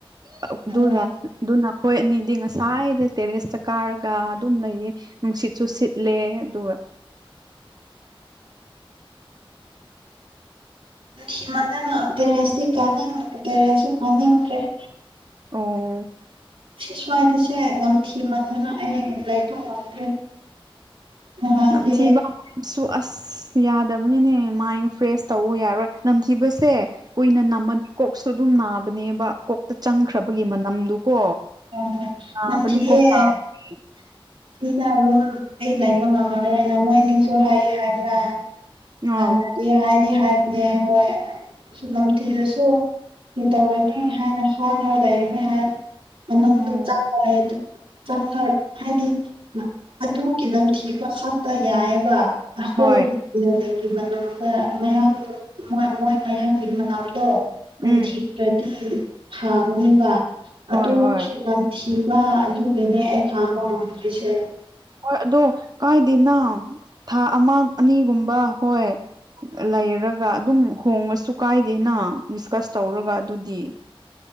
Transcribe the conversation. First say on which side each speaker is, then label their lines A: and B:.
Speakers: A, on the right (about 45°); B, on the right (about 80°).
A: ꯑꯗꯨꯗ
B: ꯑꯣ
A: ꯑꯗꯨꯅ ꯑꯩꯈꯣꯏ ꯑꯅꯤꯗꯤ ꯉꯁꯥꯏꯗ ꯇꯦꯔꯦꯁꯇ ꯀꯥꯔꯒ ꯑꯗꯨꯝ ꯂꯩꯌꯦ ꯅꯨꯡꯁꯤꯠꯁꯨ ꯁꯤꯠꯂꯦ ꯑꯗꯨꯒ
B: ꯍꯃꯟꯗꯅ ꯇꯦꯔꯦꯁꯇꯤ ꯀꯥꯅꯤꯡꯗ ꯇꯦꯔꯦꯁꯁꯨ ꯀꯥꯅꯤꯡꯗ꯭ꯔꯦ <inaudible>
A: ꯑꯣ
B: ꯁꯤ ꯁ꯭ꯋꯥꯏꯗꯁꯦ ꯌꯥꯝ ꯊꯤꯃꯟꯗꯅ ꯑꯩ ꯂꯩꯕ ꯉꯝꯗ꯭ꯔꯦ ꯅꯍꯥꯟꯗꯤ
A: ꯅꯝꯊꯤꯕ ꯁꯨ ꯑꯁ ꯌꯥꯗꯕꯅꯤꯅꯦ ꯃꯥꯏꯟ ꯐ꯭ꯔꯦꯁ ꯇꯧ ꯌꯥꯔꯣꯏ ꯅꯝꯊꯤꯕꯁꯦ ꯀꯨꯏꯅ ꯅꯝꯃꯅꯤ ꯀꯣꯛꯁꯨ ꯑꯗꯨꯝ ꯅꯥꯕꯅꯦꯕ ꯀꯣꯛꯇ ꯆꯪꯈ꯭ꯔꯕꯒꯤ ꯃꯅꯝꯗꯨꯀꯣ
B: ꯍꯣꯢ ꯍꯣꯢ
A: ꯅꯥꯕꯅꯦ
B: ꯅꯝꯊꯤꯌ‌ꯦ
A: ꯀꯣꯛ ꯅꯥꯕꯅꯦ
B: ꯁꯤꯗ ꯑꯗꯨꯝ ꯑꯩ ꯂꯩꯕ ꯉꯝꯃꯔꯣꯢꯅ ꯃꯣꯏ ꯅꯤꯡꯁꯨ ꯍꯥꯏ ꯍꯥꯏꯕ
A: ꯑꯥꯎ
B: ꯍꯥꯟꯅꯗꯤ ꯍꯥꯏꯗꯤ ꯍꯥꯏꯕꯅꯦ ꯍꯣꯏ ꯁ ꯅꯝꯊꯤꯔꯁꯨ ꯀꯩꯇꯧꯔꯒꯦ <inaudible> ꯍꯥꯏꯅ ꯍꯥꯏꯥꯡꯉꯒ ꯂꯩꯔꯝꯃꯦ ꯍꯥꯏ ꯑꯅ
A: ꯎꯝ
B: ꯆ ꯍꯥꯏ <inaudible> ꯆꯪꯉ ꯍꯥꯏꯗꯤ ꯑꯗꯨꯒꯤ ꯅꯝꯊꯤꯕ ꯈꯛꯇ ꯌꯥꯏꯑꯦꯕ ꯑꯈꯣꯏꯒꯤ
A: ꯍꯣꯏ
B: ꯒꯤ ꯃꯅꯨꯡꯗ ꯃꯌꯥꯝ ꯃꯣꯏ ꯃꯌꯥꯡꯒꯤ ꯃꯅꯝꯗꯣ ꯎꯝꯊꯤꯂ꯭ꯔꯗꯤ
A: ꯎꯝ
B: ꯊꯥꯒꯅ‌ꯦꯕ <inaudible> ꯑꯗꯨꯁꯨ
A: ꯍꯣꯏ ꯍꯣꯏ
B: ꯅꯥꯝꯊꯤꯕ ꯑꯗꯨꯒꯤꯅꯦ ꯑꯩ ꯈꯥꯡꯕ ꯉꯝꯗ꯭ꯔꯤꯁꯦ
A: ꯍꯣꯏ ꯑꯗꯣ ꯀꯥꯏꯗꯦꯅ ꯊꯥ ꯑꯃ ꯑꯅꯤꯒꯨꯝꯕ ꯍꯣꯏ ꯂꯩꯔꯒ ꯑꯗꯨꯝ ꯍꯣꯡꯉꯁꯨ ꯀꯥꯏꯗꯦꯅ ꯗꯤꯁꯀꯁ ꯇꯧꯔꯒ ꯑꯗꯨꯗꯤ